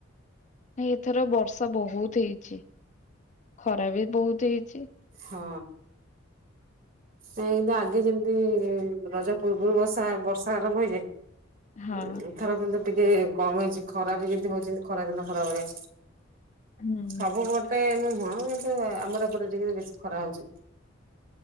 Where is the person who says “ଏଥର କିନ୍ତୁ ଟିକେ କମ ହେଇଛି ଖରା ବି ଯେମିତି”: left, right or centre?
Right